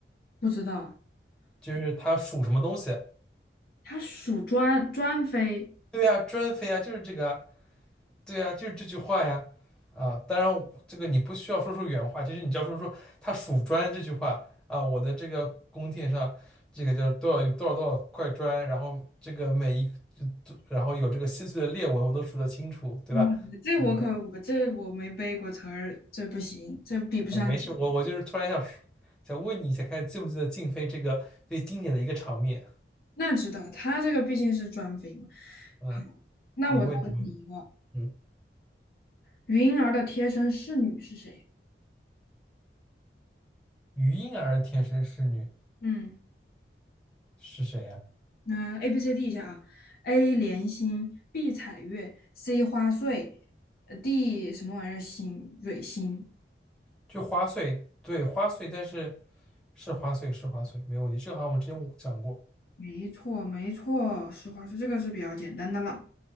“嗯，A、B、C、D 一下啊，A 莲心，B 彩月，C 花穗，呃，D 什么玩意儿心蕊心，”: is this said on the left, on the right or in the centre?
Left